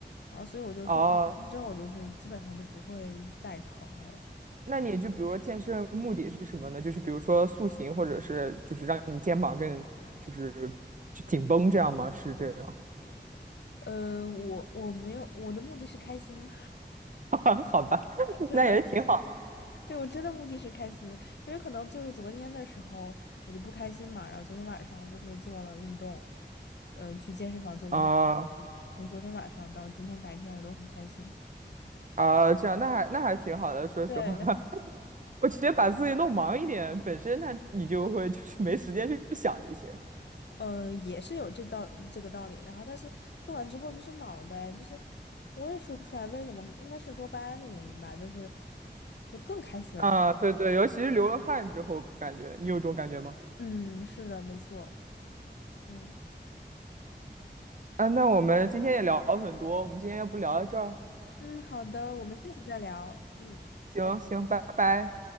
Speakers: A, on the left (about 75°); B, on the right (about 45°).
A: 然后所以我就做完之后，
B: 哦，
A: 我就是基本上就不会再疼了。
B: 那你就比如说健身目的是什么呢？就是比如说塑形，或者是就是让你肩膀更就是就紧绷这样吗？是这样？
A: 呃，我我没有，我的目的是开心，
B: <laughs> 好吧，<laughs>
A: <laughs> 真的。
B: 那也挺好的
A: 对，我真的目的是开心，因为可能就是昨天的时候我就不开心嘛，然后昨天晚上就是做了运动，嗯、去健身房做运动，
B: 啊
A: 从昨天晚上到今天白天我都很开心。
B: 啊，这样那还那还挺好的，说实话，
A: 对，
B: <laughs> 我直接把自己弄忙一点，本身那你就会就是没时间去想这些。
A: 呃，也是有这道这个道理。然后，但是做完之后就是脑袋，就是我也说不出来为什么，应该是多巴胺的原因吧，就是就更开心了。
B: 啊，对对，尤其是流了汗之后，感觉你有这种感觉吗？
A: 嗯，是的，没错。嗯
B: 啊，那我们今天也聊了很多，我们今天要不聊到这儿？
A: 嗯，好的，我们下次再聊。嗯。
B: 行行，
A: 拜拜。
B: 拜拜。